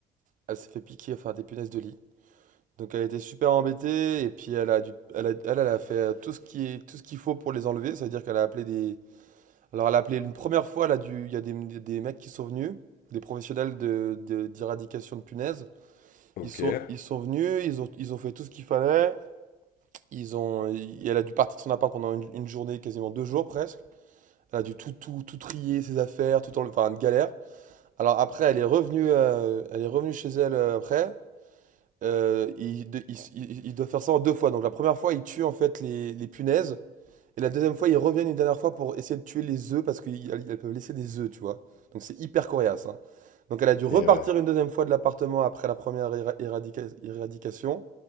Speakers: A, on the right; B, on the left.
A: elle s'est fait piquer, enfin des punaises de lit. Donc elle était super embêtée et puis elle a dû, elle a, elle, elle a fait euh, tout ce qui est, tout ce qu'il faut pour les enlever. Ça veut dire qu'elle a appelé des, alors elle a appelé une première fois, elle a dû, il y a des, des mecs qui sont venus, des professionnels de, de- d'éradication de punaises.
B: Ok.
A: Ils sont,
B: Et
A: ils sont venus, ils ont, ils ont fait tout ce qu'il fallait. Ils ont, et elle a dû partir de son appart pendant une, une journée, quasiment deux jours presque. Elle a dû tout, tout, tout trier ses affaires, tout enlever, enfin une galère. Alors après, elle est revenue, euh, elle est revenue chez elle euh, après. Euh, il, de- il s- il- il doit faire ça en deux fois. Donc la première fois, il tue en fait les, les punaises. Et la deuxième fois, il revient une dernière fois pour essayer de tuer les œufs parce qu'elles peuvent laisser des œufs, tu vois. Donc c'est hyper coriace. hein. Donc elle a dû repartir
B: ouais.
A: une deuxième fois de l'appartement après la première éra- éradica- éradication.